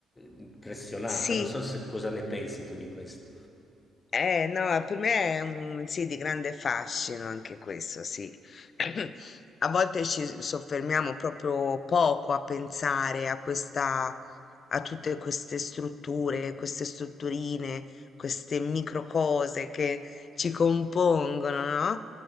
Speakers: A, on the left; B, on the left.
A: impressionata,
B: Sì.
A: non so se- cosa ne pensi tu di questo.
B: Eh, no, per me è un sì di grande fascino anche questo, sì. <clears throat> A volte ci soffermiamo proprio poco a pensare a questa, a tutte queste strutture, queste strutturine, queste micro cose che ci compongono, no?